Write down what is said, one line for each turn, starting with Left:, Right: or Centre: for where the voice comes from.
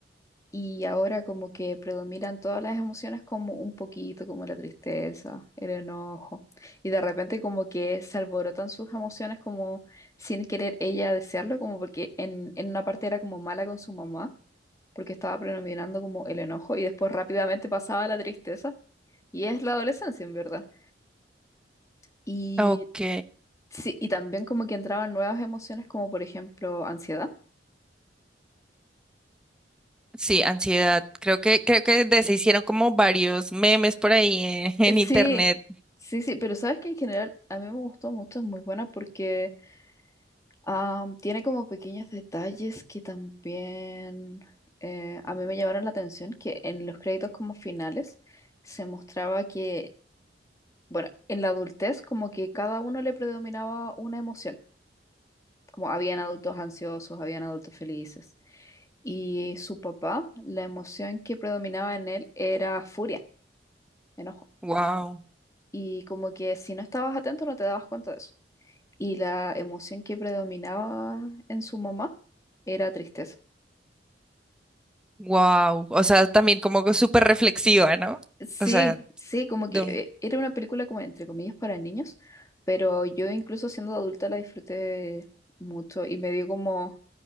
Left: Y ahora como que predominan todas las emociones como un poquito, como la tristeza, el enojo. Y de repente como que se alborotan sus emociones como sin querer ella desearlo, como porque en, en una parte era como mala con su mamá, porque estaba predominando como el enojo y después rápidamente pasaba a la tristeza. Y es la adolescencia, en verdad. Y
Centre: Ok.
Left: sí, y también como que entraban nuevas emociones, como por ejemplo ansiedad.
Centre: Sí, ansiedad. Creo que, creo que de se hicieron como varios memes por ahí en, <laughs>
Left: Eh,
Centre: en
Left: Sí,
Centre: internet.
Left: sí, sí, pero sabes que en general a mí me gustó mucho, es muy buena porque am, tiene como pequeños detalles que también eh, a mí me llamaron la atención, que en los créditos como finales se mostraba que, bueno, en la adultez como que cada uno le predominaba una emoción, como habían adultos ansiosos, habían adultos felices. Y su papá, la emoción que predominaba en él era furia, enojo.
Centre: Wow,
Left: Y como que si no estabas atento no te dabas cuenta de eso. Y la emoción que predominaba en su mamá era tristeza.
Centre: wow. O sea, también como que súper reflexiva, ¿no?
Left: Sí,
Centre: O sea,
Left: sí, como
Centre: de
Left: que
Centre: un...
Left: eh, era una película como entre comillas para niños, pero yo incluso siendo adulta la disfruté mucho y me dio como,